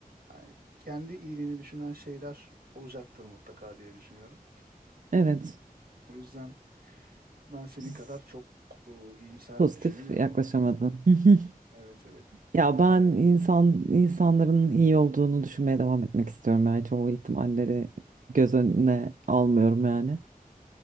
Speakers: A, on the right; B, on the right.
A: yani kendi iyiliğini düşünen şeyler olacaktır mutlaka diye düşünüyorum.
B: Evet
A: O yüzden Ben senin
B: s-
A: kadar çok e, iyimser
B: pozitif
A: düşünemiyorum.
B: yaklaşamadın. Hı hı.
A: Evet evet.
B: Ya ben
A: Yani
B: insan insanların iyi olduğunu düşünmeye devam etmek istiyorum yani çoğu ihtimalleri göz önüne almıyorum yani.